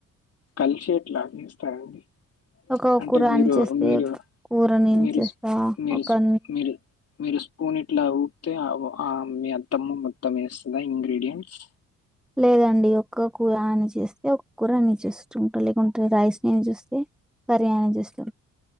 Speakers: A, on the left; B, in the centre.
A: కలిసి ఎట్లా అనిస్తారండి
B: ఒక
A: అంటే
B: కూర
A: మీరు
B: అని చేస్తే
A: మీరు
B: కూర నేను
A: మీరు
B: చేస్తా
A: మీరు
B: ఒక
A: మీరు మీరు స్పూన్ ఇట్లా ఊపితే మీ అత్తమ్మ మొత్తం వేస్తుందా ఇంగ్రీడియంట్స్
B: లేదండి ఒక్క కూర అని చేస్తే ఒక్క కూర నె చెస్తుంటా లేకుంటే రైస్ నేను చేస్తే కర్రీ ఆయన చేస్తారు